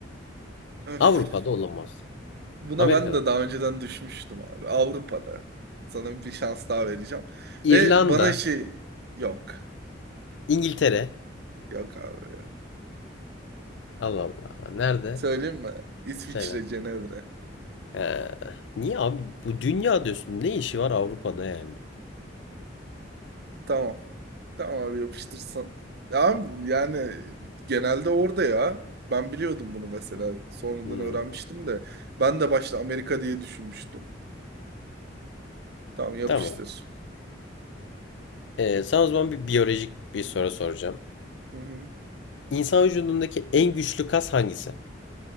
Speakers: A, on the right; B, on the left.
A: Öf.
B: Avrupa'da olamaz.
A: Buna
B: Amerika'da.
A: ben de daha önceden düşmüştüm abi. Avrupa'da. Sana bir şans daha vereceğim.
B: İrlanda,
A: Ve bana şey yok.
B: İngiltere.
A: Yok abi yok.
B: Allah Allah. Nerede?
A: Söyleyeyim mi? İsviçre,
B: Söyle.
A: Cenevre.
B: Ee, niye abi? Bu dünya diyorsun. Ne işi var Avrupa'da yani?
A: Tamam. Tamam abi yapıştırsan. Ya yani genelde orada ya. Ben biliyordum bunu mesela. Sonradan
B: Hmm,
A: öğrenmiştim de. Ben de başta Amerika diye düşünmüştüm. Tamam yapıştır.
B: tamam. Ee, sana o zaman bir biyolojik bir soru soracağım.
A: Hı hı.
B: İnsan vücudundaki en güçlü kas hangisi?